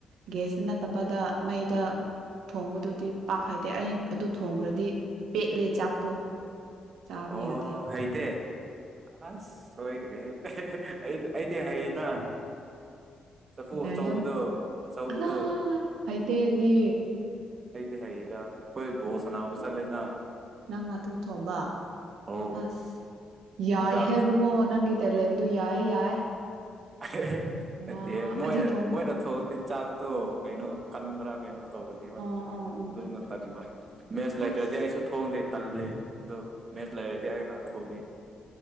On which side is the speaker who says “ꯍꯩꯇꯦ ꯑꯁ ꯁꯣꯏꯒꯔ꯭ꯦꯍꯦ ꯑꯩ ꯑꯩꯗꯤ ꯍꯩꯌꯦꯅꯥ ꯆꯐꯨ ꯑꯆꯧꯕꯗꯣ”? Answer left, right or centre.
Right